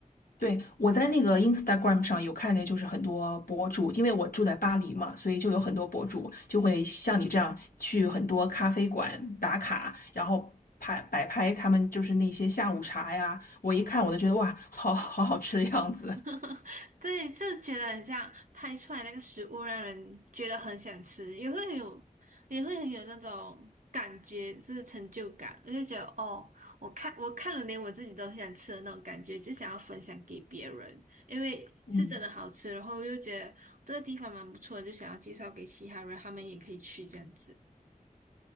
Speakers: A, on the left; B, on the right.
A: 对，
B: 对。
A: 我在那个 Instagram 上有看见，就是很多博主，因为我住在巴黎嘛，所以就有很多博主就会像你这样去很多咖啡馆打卡，然后拍摆拍他们就是那些下午茶呀。我一看我就觉得哇，好好好吃的样子。
B: <laughs> 对，就觉得很像拍出来那个食物，让人觉得很想吃，也会很有，也会很有那种感觉，就是成就感。我就觉得，哦，我看我看了，连我自己都很想吃的那种感觉，就想要分享给别人，因为是真的好吃，
A: 嗯，
B: 然后又觉得这个地方蛮不错的，就想要介绍给其他人，他们也可以去这样子。